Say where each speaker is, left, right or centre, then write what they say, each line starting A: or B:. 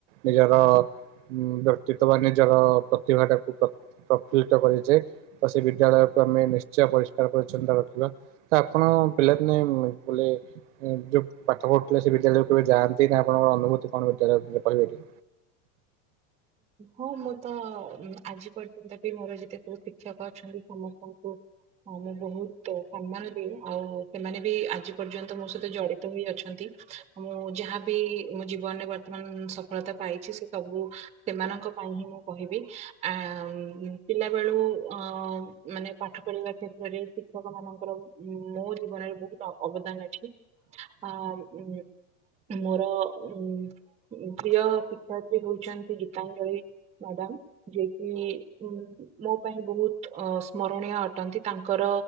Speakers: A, on the right; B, on the right.
A: ନିଜର ଉଁ ବ୍ୟତିତ ବା ନିଜର ପ୍ରତିଭା ଟାକୁ ପ୍ରଫୁଲ୍ଲିତ କରିଚେ ତ ସେ ବିଦ୍ୟାଳୟକୁ ଆମେ ନିଶ୍ଚୟ ପରିଷ୍କାର ପରିଚ୍ଛନତା ରଖିବା। ତ ଆପଣ ପିଲାିନେ ବୋଲେ ଯୋଉ ପାଠ ପଢୁଥିଲେ ସେ ବିଦ୍ୟାଳୟକୁ କେବେ ଯାଆନ୍ତି ନା ଆପଣଙ୍କର ଅନୁଭୂତି କଣ ବିଦ୍ୟାଳୟ କହିବେକି।
B: ହଁ ମୁଁ ତ ଆଜି ପର୍ଯ୍ୟନ୍ତ ବି ମୋର ଯେତେବେ ଶିକ୍ଷକ ଅଛନ୍ତି ସମସ୍ତଙ୍କୁ ହଁ ମୁଁ ବୋହୁତ ସମ୍ମାନ ଦିଉ ଆଉ ସେମାନେ ବି ଆଜି ପର୍ଯ୍ୟନ୍ତ ମୋ ସହିତ ଜଡିତ ହୋଇ ଅଛନ୍ତି। ମୁଁ ଯାହାବି ମୋ ଜୀବନରେ ବର୍ତ୍ତମାନ ସଫଳତା ପାଇଛି ସେ ସବୁ ସେମାନଙ୍କ ପାଇଁ ହିଁ ମୁଁ କହିବି ଆଁ ପିଲା ବେଳୁ ଅଁ ମାନେ ପାଠ ପଢିବା କ୍ଷେତ୍ରରେ ଶିକ୍ଷକ ମାନଙ୍କର ମୋ ଜୀବନରେ ବୋହୁତ ଅବଦାନ ଅଛି। ଆଁ ଉଁ। ମୋର ଉ ପ୍ରିୟ ଶିକ୍ଷୟତ୍ରୀ ହୋଉଚନ୍ତି ଗୀତାଞ୍ଜଳି ମାଡାମ୍। ଯିଏକି ଉ ମୋ ପାଇଁ ବୋହୁତ ଅ ସ୍ମରଣୀୟ ଅଟନ୍ତି ତାଙ୍କର